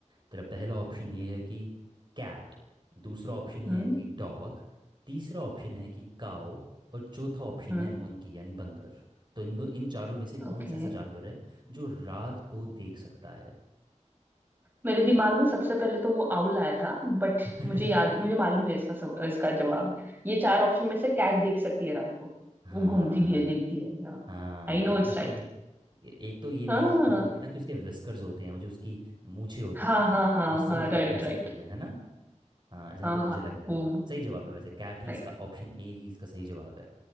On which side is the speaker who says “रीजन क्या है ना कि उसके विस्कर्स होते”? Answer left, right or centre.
Right